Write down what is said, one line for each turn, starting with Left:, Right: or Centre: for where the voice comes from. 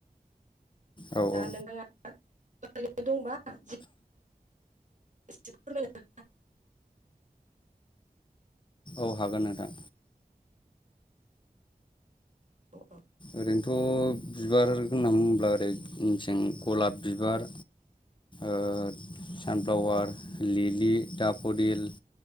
Left: औ
Right: दा
Left: औ
Right: नोंथाङा <unintelligible> दंबा <unintelligible> फोरमाय
Left: औ हागोन नोंथां।
Right: अ औ
Left: ओरैनोथ' बिबार होनना बुङोब्ला ओरै मेसें गलाब बिबार। ओ-सानफ्लावार लिलि दाफदिल।